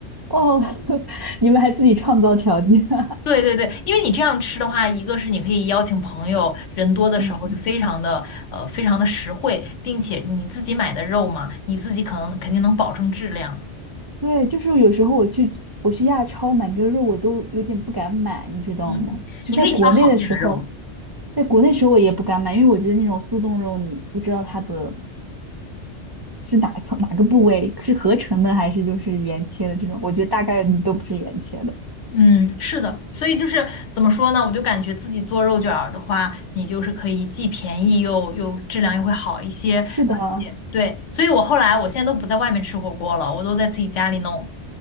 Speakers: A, on the right; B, on the left.
A: 哦 <laughs>，你们还自己创造条件啊。
B: 对对对，因为你这样吃的话，一个是你可以邀请朋友，人多的时候就非常的呃非常的实惠，
A: <laughs> 嗯，
B: 并且你自己买的肉嘛，你自己可能肯定能保证质量。
A: 对，就是有时候我去我去亚超买那个肉，我都有点不敢买，你知道吗？
B: 嗯，
A: 就在国内的时候，
B: 你可以挑好一点的肉。
A: 在国内时候我也不敢买，因为我觉得那种速冻肉，你不知道它的是哪从哪个部位？是合成的还是就是原切的这种？我觉得大概率都不是原切的。
B: 嗯，是的，所以就是怎么说呢？我就感觉自己做肉卷儿的话，你就是可以既便宜又又质量又会好一些，
A: 是的，
B: 而且对，所以我后来我现在都不在外面吃火锅了，我都在自己家里弄。